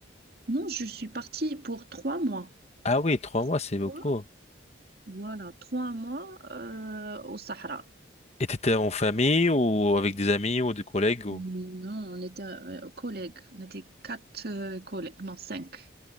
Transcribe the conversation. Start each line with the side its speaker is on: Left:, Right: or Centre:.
Right: Non, je suis partie pour trois mois.
Left: Ah oui, trois
Right: Trois
Left: mois, c'est beaucoup.
Right: mois? Voilà, trois mois euh, au Sahara.
Left: Et t'étais en famille ou avec des amis ou des collègues ou...
Right: Non, on était euh, collègues. On était quatre euh, collègues. Non, cinq.